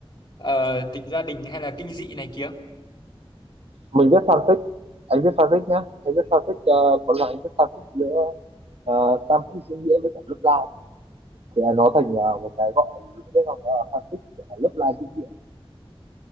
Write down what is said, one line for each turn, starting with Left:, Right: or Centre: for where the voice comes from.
Left: ờ, tình gia đình hay là kinh dị này kia
Right: mình viết fanfic anh viết fanfic nhá anh viết fanfic ờ, có loại anh viết fanfic nữa ờ, tam quốc diễn nghĩa với cả lớp lai thì nó thành ờ, một cái gọi là fanfic lớp lai diễn nghĩa